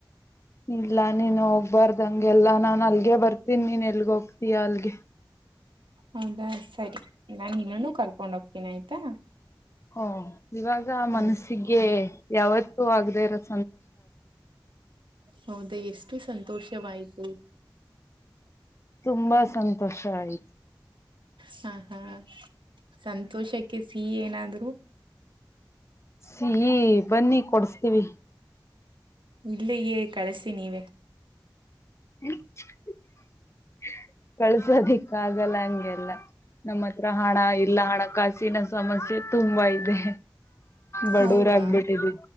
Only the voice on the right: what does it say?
ಹೌದಾ ಸರಿ ನಾನ್ ಇನ್ನನು ಕರ್ಕೊಂಡ ಹೋಗ್ತೀನಿ ಆಯ್ತಾ
ಹ್ಮ್
ಹೌದ ಎಷ್ಟು ಸಂತೋಷವಾಯ್ತು ಹ
ಹ ಹಾ ಸಂತೋಷಕ್ಕೆ ಸಿಹ ಏನಾದರ
ಇಲ್ಲಯೇ ಕಳಸಿ ನೀವ
ಹೌದಾ